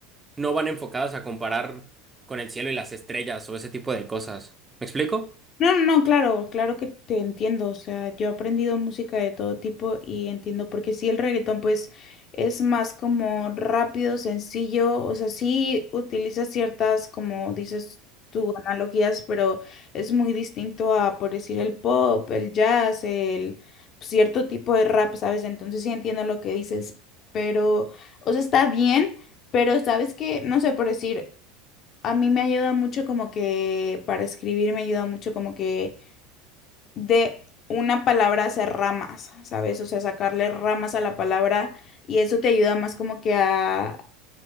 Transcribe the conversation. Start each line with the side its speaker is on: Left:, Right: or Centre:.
Right: no van enfocadas a comparar con el cielo y las estrellas o ese tipo de cosas. ¿Me explico?
Left: No, no, no, claro, claro que te entiendo. O sea, yo he aprendido música de todo tipo y entiendo porque sí, el reggaetón pues es más como rápido, sencillo, o sea, sí utiliza ciertas, como dices tú, analogías, pero es muy distinto a, por decir, el pop, el jazz, el cierto tipo de rap, ¿sabes? Entonces sí entiendo lo que dices, pero, o sea, está bien, pero sabes que, no sé, por decir... A mí me ayuda mucho como que para escribir me ayuda mucho como que de una palabra hacer ramas, ¿sabes? O sea, sacarle ramas a la palabra y eso te ayuda más como que a